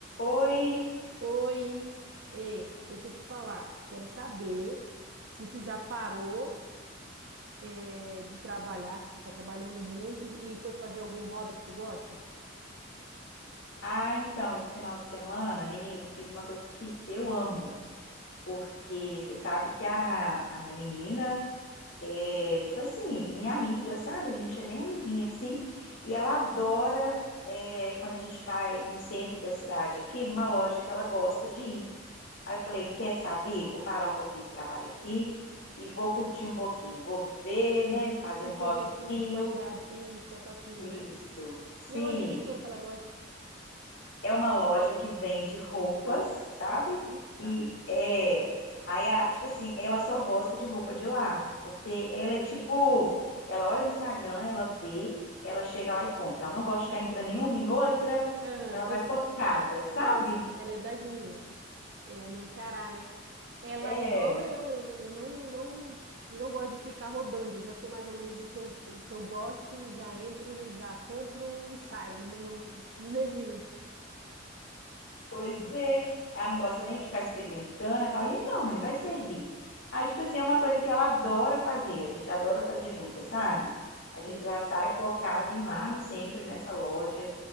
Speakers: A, on the left; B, on the right.
A: Oi!
B: Oi, Ei, deixa eu te falar. Quero saber se tu já parou, eh, de trabalhar, que tu tá trabalhando muito e foi fazer algum hobby que tu gosta?
A: Ah, então, esse final de semana, menina, fiz uma coisa que eu amo, porque você sabe que a, a minha menina é, tipo assim, minha amiga, sabe? A gente é bem amiguinha, assim, e ela adora é, quando a gente vai no centro da cidade aqui, numa loja que ela gosta de ir. Aí eu falei, quer saber? Vou parar um pouquinho esse trabalho aqui e vou curtir um pouquinho, vou viver, né?
B: Uhum.
A: Fazer
B: Curtir
A: um hobbyzinho.
B: um tempinho de qualidade. Isso, com a tua filha,
A: Isso,
B: né?
A: sim.
B: E a loja de quê que ela gosta?
A: É uma loja que vende roupas, sabe?
B: Roupa está.
A: E é. Aí, a- tipo assim, ela só gosta de roupa de lá. Porque ela é tipo. Ela olha no Instagram, ela vê, ela chega lá e compra. Ela não gosta de ficar entrando em uma, em outra.
B: Aham,
A: Ela vai
B: eu sou.
A: focada, sabe?
B: Nossa, ela é das minhas. É a minha xará, né? Ela
A: É.
B: é igual eu, eu, eu não, não, eu não gosto de ficar rodando, eu já sei mais ou menos o que eu, o que eu gosto, já entro, já compro e saio no mesmo, no mesmo minuto.
A: Pois é, ela não gosta nem de ficar experimentando. Ela fala, "Ih, não, mãe, vai servir. Aí, tipo assim, é uma coisa que ela adora fazer, a gente adora fazer juntas, sabe?
B: Sei.
A: A gente já sai focada em ir lá no centro, nessa loja.